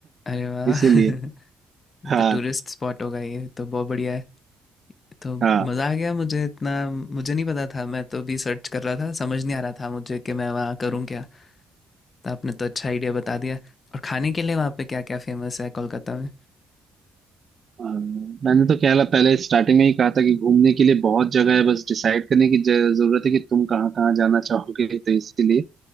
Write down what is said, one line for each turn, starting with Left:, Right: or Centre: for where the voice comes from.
Left: अरे वाह
Right: इसीलिए
Left: <laughs> ये
Right: हाँ
Left: तो टूरिस्ट स्पॉट होगा ये तो बहुत बढ़िया है तो
Right: हाँ
Left: मज़ा आ गया मुझे इतना मुझे नहीं पता था मैं तो भी सर्च कर रहा था समझ नहीं आ रहा था मुझे कि मैं वहाँ करूँ क्या तो आपने तो अच्छा आइडिया बता दिया और खाने के लिए वहाँ पे क्या क्या फेमस है कोलकाता में
Right: हाँ। मैंने तो कहला पहले स्टार्टिंग में ही कहा था कि घूमने के लिए बहुत जगह है बस डिसाइड करने की ज- जरूरत है कि तुम कहाँ कहाँ जाना चाहोगे तो इसीलिए